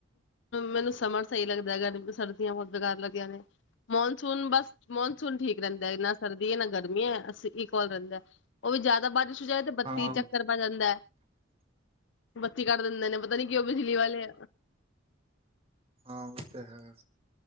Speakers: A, on the left (about 65°); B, on the right (about 30°).
A: ਮੈਨੂੰ ਸਮਰ ਸਹੀ ਲੱਗਦਾ ਹੈਗਾ ਸਰਦੀਆਂ ਬਹੁਤ ਬੇਕਾਰ ਲੱਗੀਆਂ ਨੇ ਮੌਨਸੂਨ ਬਸ ਮੌਨ ਠੀਕ ਰਹਿੰਦਾ ਨਾ ਸਰਦੀ ਹੈ ਨਾ ਗਰਮ ਇਕਊਲ ਰਹਿੰਦਾ ਉਹ ਵੀ ਜ਼ਿਆਦਾ ਬਾਰਿਸ਼ ਜਾਏ ਤੇ ਬੱਤੀ
B: ਹਾਂ ਹਾਂ
A: ਚੱਕਰ ਪ ਜਾਂਦਾ ਹੈ ਬੱਤੀ ਕ ਦ ਪਤਾ ਨੀ ਕਿ ਉਹਂ ਬਿਜਲੀ ਵਾਲੇ
B: ਹਾਂ ਉਹ ਤਾਂ ਹੈਗਾ